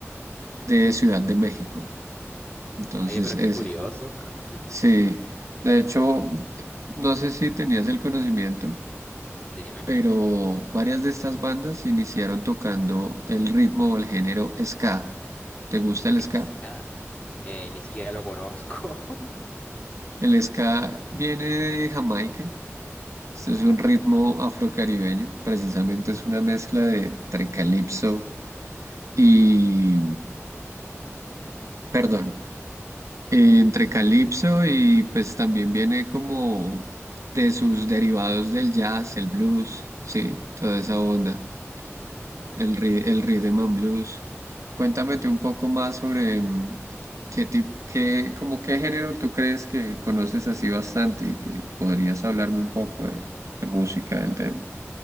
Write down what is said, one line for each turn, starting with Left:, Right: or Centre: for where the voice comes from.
Right: de Ciudad de México. Entonces,
Left: Oye, pero
Right: ese,
Left: qué curioso. <laughs>
Right: sí, de hecho, no sé si tenías el conocimiento,
Left: Dime.
Right: pero varias de estas bandas iniciaron tocando el ritmo o el género ska. ¿Te gusta el ska?
Left: Ska. Eh, ni siquiera lo conozco. <laughs>
Right: El ska viene de Jamaica. Este
Left: ¿Ya?
Right: es un ritmo afrocaribeño. Precisamente es una mezcla de entre calipso y, perdón, eh, entre calipso y pues también viene como de sus derivados del jazz, el blues, sí, toda esa onda.
Left: Mm,
Right: El, ri- el Rhythm and Blues. Cuéntame tú un poco más sobre mm, qué tipo, qué, como qué género tú crees que conoces así bastante y que podrías hablarme un poco de, de música del tema.